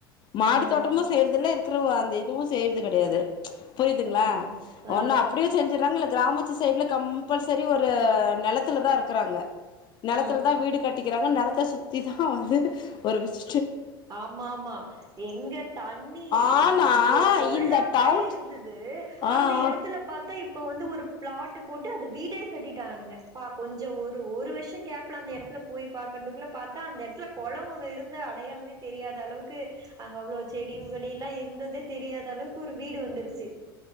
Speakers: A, on the left; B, on the right.
A: மாடி
B: ம்
A: தோட்டமும் செய்யறதுல்ல இருக்கிற அந்த இதுவும் செய்றது கெடையாது புரியுதுங்களா
B: ஆ ஆ
A: ஒண்ணு அப்டியும் செஞ்சறாங்க இல்ல கிராமத் த்து சைடுல கம்பள்சரி ஒரு நெலத்துல தா இருக்குறாங்க நெலத்துல
B: ஆ
A: தான் வீடு கட்டிக்கிறாங்க நிலத்த சுத்தி தான் வந்து ஒரு விஷ்
B: ஆமா ஆமா எங்க தண்ணி
A: ஆனா
B: இவ கொள
A: இந்த
B: மாதிரிருந்தது
A: டவுன்
B: து
A: ஆ
B: அந்த
A: ஆ
B: இடத்துல பாத்தா இப்ப வந்து ஒரு ப்ளாட் டு போட்டு அத வீடே கட்டிட்டானுங்கப்பா கொஞ்சோ ஒரு ஒரு வஷ் த்தும் கேப்ல அந்த எடத்துல போய் பாக்கிறதுக்குள்ள பாத்தா அந்த எடத்துல கொளம் ஒண்ணு இருந்த அடையாளமே தெரியாத அளவுக்கு அங்க அவ்ளோ செடி கொடி எல்லா இருந்தது தெரியாத அளவுக்கு ஒரு வீடு வந்துருச்சு